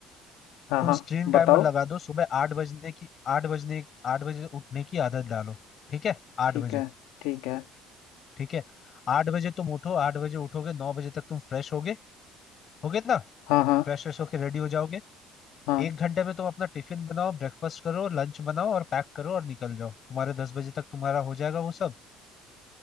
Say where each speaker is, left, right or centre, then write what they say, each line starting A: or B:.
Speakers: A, on the left; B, on the left.
A: हाँ
B: तुम
A: हाँ
B: स्क्रीन टाइमर
A: बताओ
B: लगा दो सुबह आठ बजने की आठ बजने आठ बजे उठने की आदत डालो ठीक है आठ
A: ठीक
B: बजे
A: है ठीक है
B: ठीक है आठ बजे तुम उठो आठ बजे उठोगे नौ बजे तक तुम फ्रेश होगे होगे ना
A: हाँ हाँ
B: फ्रेश फ्रेश होके रेडी हो जाओगे
A: हाँ
B: एक घंटे में तुम अपना टिफिन बनाओ ब्रेकफास्ट करो लंच बनाओ और पैक करो और निकल जाओ तुम्हारे दस बजे तक तुम्हारा हो जाएगा वो सब